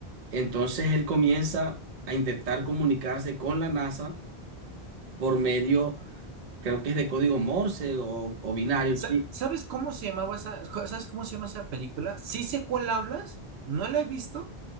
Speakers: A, on the right; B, on the right.
A: Entonces él comienza a intentar comunicarse con la NASA por medio creo que es de código Morse o, o binario,
B: Sa-
A: sí.
B: ¿Sabes cómo se llamaba esa, jo- sabes cómo se llama esa película? Sí sé cuál hablas, no la he visto,